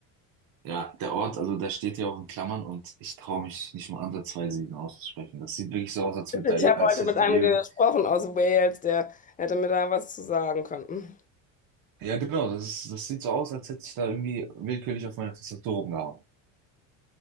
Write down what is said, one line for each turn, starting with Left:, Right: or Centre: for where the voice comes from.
Right: ja, der Ort, also da steht ja auch in Klammern und ich traue mich nicht mal ansatzweise ihn auszusprechen. Das sieht wirklich so aus, als würde da,
Left: Ich
Right: ir-
Left: habe
Right: als
Left: heute
Right: hätte
Left: mit
Right: da
Left: einem
Right: irgend.
Left: gesprochen aus Wales, der hätte mir da was zu sagen können. Hm,
Right: Ja, genau, das ist, das sieht so aus, als hätte ich da irgendwie willkürlich auf meine Tastatur rumgehauen.